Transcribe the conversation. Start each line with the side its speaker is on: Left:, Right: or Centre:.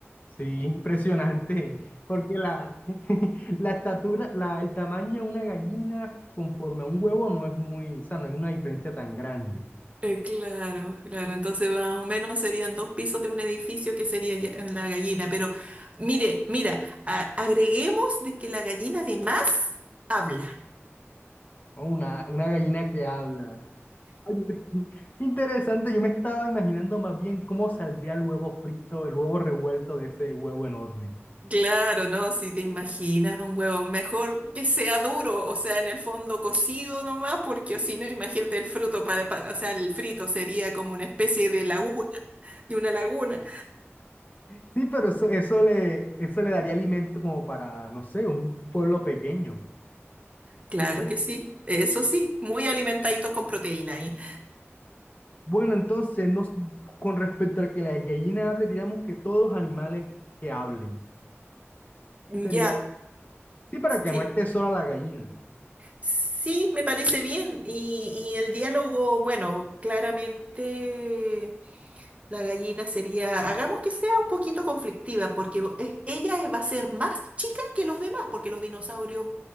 Left: Sí, impresionante, porque la, <laughs> la estatura, la, el tamaño de una gallina conforme a un huevo no es muy, o sea, no hay una diferencia tan grande.
Right: Eh, claro, claro, entonces más o menos serían dos pisos de un edificio que sería ya- la gallina, pero mire, mira, a- agreguemos de que la gallina además habla.
Left: O una, una gallina que habla. Ay, <laughs> Interesante, yo me estaba imaginando más bien cómo saldría el huevo frito, el huevo revuelto de ese huevo enorme.
Right: Claro, no, si te imaginas un huevo, mejor que sea duro, o sea, en el fondo cocido nomás, porque si no, imagínate el fruto para, pa- o sea, el frito sería como una especie de laguna, de una laguna.
Left: Sí, pero eso, eso le, eso le daría alimento como para, no sé, un pueblo pequeño.
Right: Claro que sí, eso sí, muy alimentaditos con proteína ahí.
Left: Bueno, entonces, nos, con respecto a que la gallina hable, diríamos que todos animales que hablen.
Right: Ya,
Left: Sería, sí, para que
Right: sí,
Left: no esté sola la gallina.
Right: sí, me parece bien. Y, y el diálogo, bueno, claramente. La gallina sería, hagamos que sea un poquito conflictiva, porque vo- es- ella es- va a ser más chica que los demás, porque los dinosaurios